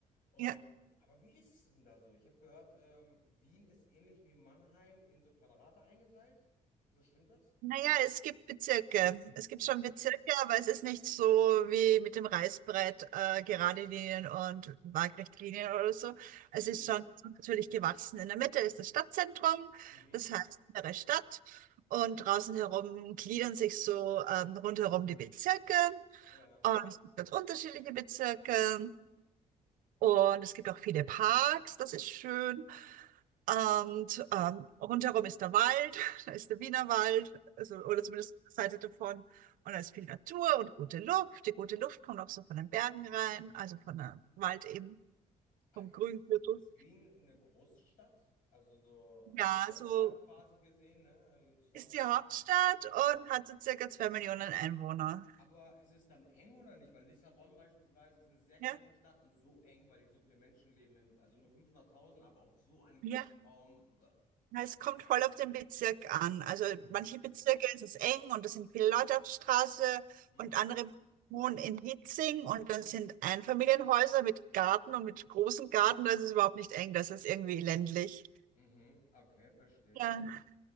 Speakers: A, on the left; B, on the right.
A: Und,
B: Ja,
A: aber wie ist es denn da so? Ich habe gehört, ähm, Wien ist ähnlich wie Mannheim in so Quadrate eingeteilt. Ist das, stimmt das?
B: naja, es gibt Bezirke. Es gibt
A: Ah, bist
B: schon Bezirke, aber es ist nicht so wie mit dem Reißbrett, äh, gerade Linien und Waagrechtlinien oder so.
A: Mhm,
B: Es ist schon natürlich gewachsen. In der Mitte ist das Stadtzentrum,
A: mhm.
B: das heißt innere Stadt. Und draußen herum gliedern sich so ähm, rundherum die Bezirke.
A: Ja.
B: Und es gibt ganz unterschiedliche Bezirke. Und es gibt auch viele Parks, das ist schön. Und ähm, rundherum ist der Wald, <laughs> da ist der Wiener Wald, also,
A: Mhm.
B: oder zumindest eine Seite davon. Und da ist viel Natur und gute Luft. Die gute Luft kommt auch so von den Bergen rein, also von der Wald eben,
A: Ah,
B: vom
A: Ist,
B: Grüngürtel.
A: ist Wien eine große Stadt? Also so als
B: Ja,
A: Hauptstadt
B: so
A: quasi gesehen, ne, im Zusammenhang.
B: ist die Hauptstadt und hat so circa zwei Millionen Einwohner.
A: Aber ist es dann eng oder nicht? Weil Lissabon beispielsweise ist eine sehr
B: Ja,
A: kleine Stadt und so eng, weil hier so viele Menschen leben, im- also nur 500.000, aber auf so einem
B: ja,
A: kleinen Raum. Bäh.
B: Na, Es kommt voll auf den Bezirk an. Also
A: Mhm.
B: manche Bezirke ist es eng und da sind viele Leute auf der Straße
A: Mhm.
B: und andere wohnen in Hitzing und das sind Einfamilienhäuser mit Garten und mit großem Garten. Das ist überhaupt nicht eng, das ist irgendwie ländlich.
A: Mhm. Okay, verstehe.
B: Ja.